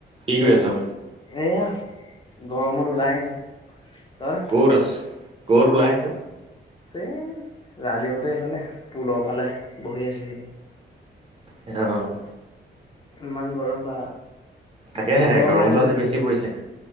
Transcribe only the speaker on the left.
এইয়া গৰমত ওলাই আহিছো, তই?
চে ৰাজীৱহঁতে এইফালে পুলৰ ফালে বহি আছেহি।
ইমান গৰম বা!
তহঁতৰ গৰম
নাই নেকি
সেইফালে